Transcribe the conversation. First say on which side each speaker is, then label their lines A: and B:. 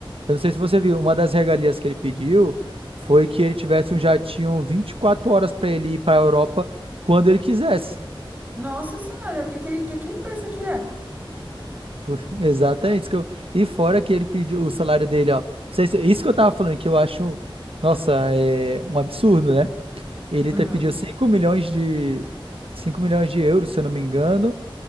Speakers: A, on the right; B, on the right.
A: Eu não sei se você viu, uma das regalias que ele pediu foi que ele tivesse um jatinho 24 horas para ele ir para a Europa quando ele quisesse.
B: Nossa Senhora, o que, que, que, que ele pensa que é?
A: Por- <laughs> Exatamente. isso que eu- E fora que ele pediu o salário dele, ó. Isso isso- isso que eu tava falando, que eu acho, nossa, é um absurdo, né? Ele
B: Aham.
A: te- pediu 5 milhões de cinco milhões de euros, se eu não me engano,